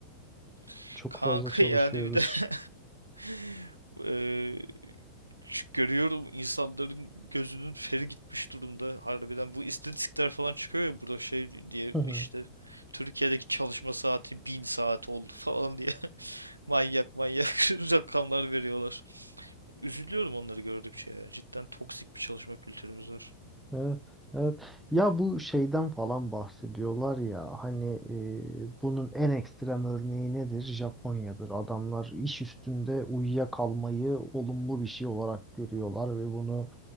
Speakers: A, on the right; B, in the centre.
A: <laughs>
B: Çok
A: Kanka
B: fazla çalışıyoruz.
A: yani bir de <laughs> eee, şu- görüyorum insanların gözünün feri gitmiş durumda. Harbiden bu istatistikler falan çıkıyor ya burada şey diye
B: <laughs>
A: işte Türkiye'deki çalışma saati bin saat oldu falan diye <laughs> manyak manyak <laughs> rakamlar veriyorlar. Üzülüyorum onları gördükçe ya. Cidden toksik bir çalışma kültürümüz var.
B: Evet, evet. Ya bu şeyden falan bahsediyorlar ya hani e, bunun en ekstrem örneği nedir? Japonya'dır. Adamlar iş üstünde uyuyakalmayı olumlu bir şey olarak görüyorlar ve bunu